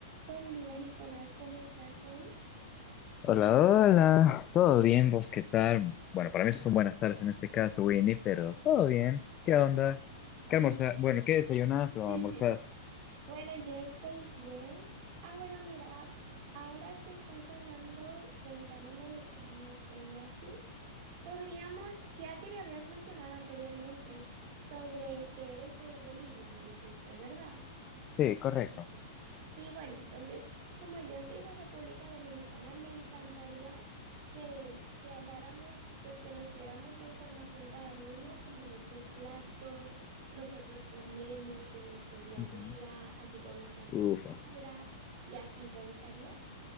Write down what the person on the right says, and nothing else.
Buen día, Nicolás, ¿cómo estás hoy?
Sí.
<laughs>
Bueno, yo estoy bien. Ah, bueno, mira, ahora que estás hablando, preguntándome de qué almorcé y así, podríamos, ya que me habías mencionado anteriormente sobre que eres de Bolivia, me dijiste, ¿verdad?
Y yo, Sí, bueno, entonces, como yo soy de República Dominicana, me encantaría que, que habláramos, pues que nos diéramos la información cada uno, como de qué platos nosotros comemos en nuestro día
a día, así con nuestra cultura
y así, ¿te gustaría?